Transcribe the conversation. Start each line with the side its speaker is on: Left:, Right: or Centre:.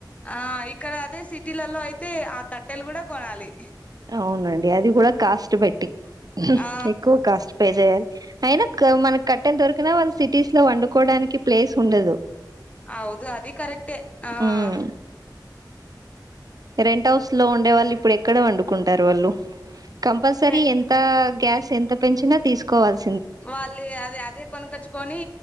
Left: ఆ ఇక్కడ అదే సిటీలలో అయితే ఆ కట్టెలు గూడా కొనాలి.
Right: అవునండి అది కూడా కాస్ట్ పెట్టి
Left: ఆ
Right: ఎక్కువ కాస్ట్ పే చేయాలి. అయినాక్క మనకి కట్టెల్ దొరికిన వాళ్ సిటీస్ లో వండుకోడానికి ప్లేస్ ఉండదు.
Left: అవుదు అది కరెక్టే ఆహ్
Right: ఉమ్ రెంట్ హౌస్ లో ఉండే వాళ్ళు ఇప్పుడు ఎక్కడ వండుకుంటరు వాళ్ళు. కంపల్సరీ
Left: ఫ్రెండ్
Right: ఎంత గ్యాస్ ఎంత పెంచినా తీసుకోవాల్స్
Left: వాళ్ళే అది అదే కొనకచ్చుకొని